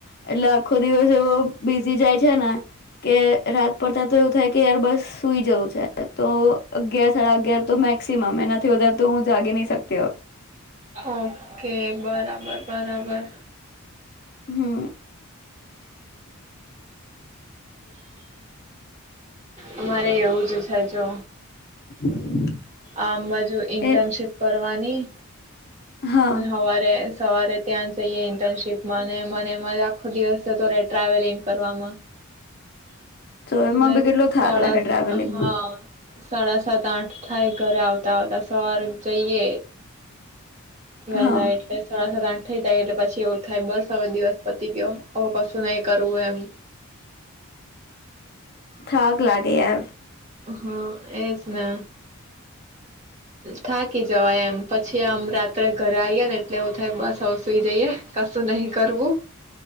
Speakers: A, on the left; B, on the right.
A: એટલે આખો દિવસ એવો બી. <inaudible> છે ને કે રાત પડતા તો એવું થાય કે યાર બસ સુઈ જવું છે. તો અગિયાર સાડા અગિયાર તો મેક્સિમમ એનાથી વધારે તો હું જાગી નહી શકતો.
B: ઓકે બરાબર. બરાબર
A: હમ્મ.
B: <inaudible> અમારે એવું જ થાય જો.
A: <inaudible>
B: આમ બાજુ ઇન્ટર્નશીપ
A: એ
B: કરવાની
A: હા
B: અને હવારે સવારે ત્યાં જઈએ ઇન્ટર્નશીપ માંને મને મારે આખો દિવસ તો રે ટ્રાવેલિંગ. કરવામાં
A: તો
B: એટલે
A: એમાં બી કેટલો થાક
B: સાડા
A: લાગે ટ્રાવેલિંગમાં
B: હા સાડા સાત આઠ થાય ઘરે આવતા આવતા સવારે જઈએ. વેલા
A: હા
B: એટલે સાડાસડા આઠ થઈ જાય એટલે પછી એવું થાય બસ હવે દિવસ પતી ગયો હ કશું નહી કરવું એમ.
A: થાક લાગે યાર.
B: હા એજ ને થાકી જવાય એમ પછી આમ રાત્રે ઘરે આએ ને એટલે એવું થાય બસ અવસઈ જઈએ કશું નહિ કરવું.